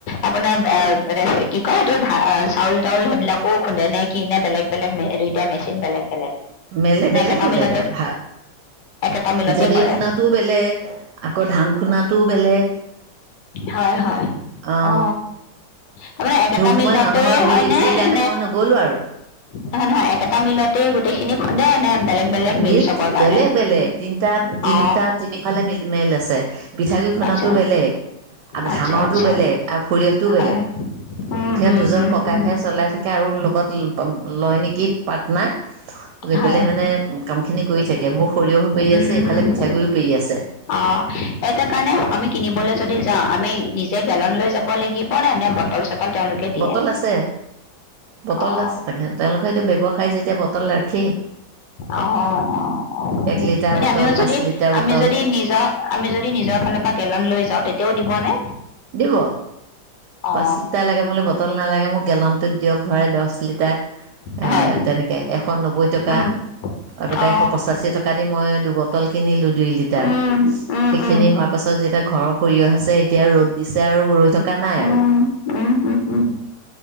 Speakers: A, on the left (about 80°); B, on the right (about 75°).
A: আপোনাৰ কি কয়, সেইটো ধা চাউল তাউল সেইবিলাকো খুন্দে? নে কি নে বেলেগ বেলেগ দুইটাই মেচিন বেলেগ বেলেগ।
B: মিল
A: নে
B: বেলেগ
A: একেটা
B: বেলেগ
A: মিলতে
B: আহ ভ
A: একেটা মিলতে
B: পিঠাগুৰি
A: কৰে
B: খুন্দটোও বেলেগ আকৌ ধান খুন্দটোও বেলেগ।
A: হয় হয়
B: আহ
A: অ তাৰমানে একেটা
B: সময়ত
A: মিলতে
B: মানুহৰ ভিৰ
A: হয়
B: বেছি
A: নে
B: কাৰণে
A: এনে
B: মই নগ'লোঁ আৰু
A: নহয় নহয় একেটা মিলতে গো।। গোটেইখিনি খুন্দে নে? বেলেগ বেলেগ
B: মিল
A: চবৰ কাৰণে
B: বেলেগ বেলেগ তিনটা তিনিটা
A: অ
B: তিনিফালে মিল মিল আছে। পিঠাগুড়ি খুন্দাতো
A: আচ্ছা
B: বেলেগ আৰু
A: আচ্ছা
B: ধানৰতো
A: আচ্ছা
B: বেলেগ। আৰু সৰিয়হটোও
A: হয়
B: বেলেগ।
A: উম
B: সিহতঁ
A: উম
B: দুজন
A: উম
B: ককাই
A: উম
B: ভাই চলাই থাকে আৰু লগত লয় নেকি পাৰ্টনাৰ লৈ
A: হয়
B: পেলাই মানে।। কাম খিনি কৰি থাকে মোৰ সৰিয়হো পেৰি
A: উম
B: আছে ইফালে পিঠাগুৰিও পেৰি আছে।
A: অ সেইটো কাৰণে আমি কিনিবলৈ যদি যাওঁ আমি নিজে গেলন লৈ।। যাব লাগিব নে নে বটল চটল। ল তেওঁলোকে দিয়ে।
B: বটল আছে বটল
A: অ
B: আছে তাকে তেওঁলোকে এইটো ব্যৱসায় যেতিয়া বটল ৰাখেই
A: অ অ অ
B: এক লিটাৰ
A: মানে।।
B: বটল
A: আমিও
B: পাঁচ
A: যদি
B: লিটাৰ
A: আমি
B: বটল
A: যদি নিজৰ আমি যদি নিজৰ ফালৰ পৰা গেলন লৈ যাওঁ তেতিয়া তেওঁ দিবনে?
B: দিব
A: অ
B: পাঁচ লিটাৰ লাগে বুলে বটল নালাগে। মোক গেলনটোত দিয়ক ভৰাই দচ লিটাৰ
A: হয়
B: তেনেকৈ এশ নব্বৈ টকা
A: উম
B: আগতে
A: অ
B: এশ পঁচাশী টকা দি মই দুবট।। পল কিনি লু দুই লিটাৰ
A: উম উম
B: সেইখিনি
A: উম
B: হোৱাৰ পাছত যে এতিয়া ঘৰৰ সৰিয়হ আছে এতিয়া ৰ'দ দিছে আৰু ৰৈ থ থকা নাই
A: উম
B: আৰু
A: উম হুম হুম